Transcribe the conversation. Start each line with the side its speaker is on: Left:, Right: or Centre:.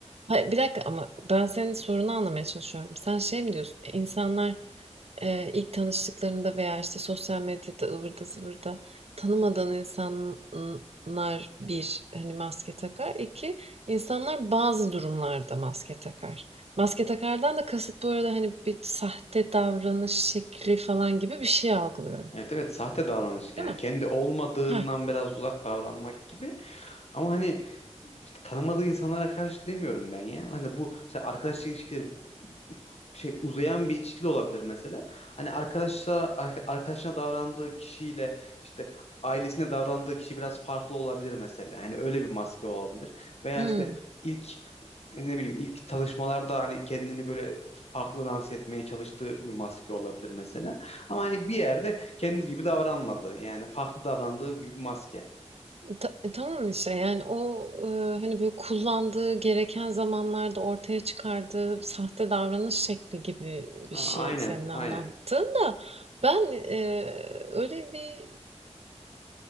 Right: Hayır, bir dakika ama ben senin sorunu anlamaya çalışıyorum. Sen şey mi diyorsun, insanlar eee, ilk tanıştıklarında veya işte sosyal medyada ıvırda zıvırda tanımadığın insanlar bir hani maske takar. İki insanlar bazı durumlarda maske takar. Maske takardan da kasıt bu arada hani bir sahte davranış şekli falan gibi bir şey algılıyorum.
Left: Evet evet sahte davranış yani.
Right: Değil mi?
Left: Kendi olmadığından
Right: Heh.
Left: biraz uzak davranmak gibi. Ama hani işte tanımadığı insanlara karşı demiyorum ben ya. Hani bu mesela arkadaşlık ilişkileri şey uzayan bir ilişki de olabilir mesela. Hani arkadaşlar arka- arkadaşına davrandığı kişiyle işte ailesine davrandığı kişi biraz farklı olabilir mesela. Yani öyle bir maske olabilir. Veya
Right: Hmm.
Left: işte ilk e, ne bileyim ilk tanışmalarda hani kendini böyle farklı dans etmeye çalıştığı bir maske olabilir mesela. Ama hani bir yerde kendi gibi davranmadığı yani farklı davrandığı gibi bir maske.
Right: Ta e, tamam işte yani o, ııı, hani, böyle, kullandığı, gereken zamanlarda ortaya çıkardığı sahte davranış şekli gibi bir
Left: Ha,
Right: şey
Left: aynen
Right: senin anlattığın
Left: aynen.
Right: da ben, eee, öyle bir